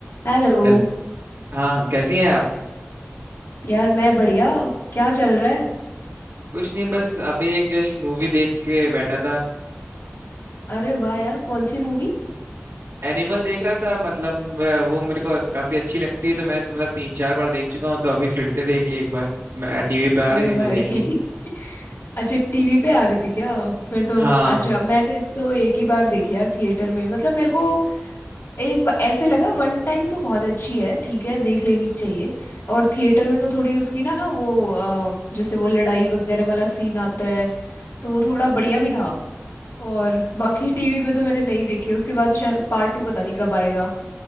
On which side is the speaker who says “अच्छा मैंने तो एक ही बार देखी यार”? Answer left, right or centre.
Left